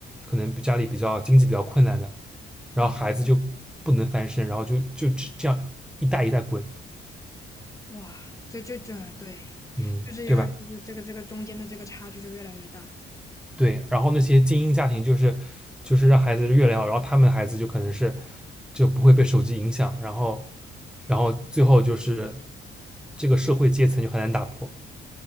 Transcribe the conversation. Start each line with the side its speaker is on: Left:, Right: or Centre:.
Centre: 可能家里比较经济比较困难的，然后孩子就不能翻身，
Left: 嗯，
Centre: 然后就就只这样一代一代滚，
Left: 哇，就就就对，
Centre: 嗯，
Left: 就是一个就是这个这个中间的这个差距就越来越大。
Centre: 对吧？对，然后那些精英家庭就是就是让孩子越来越好，然后他们的孩子就可能是就不会被手机影响，然后然后最后就是这个社会阶层就很难打破，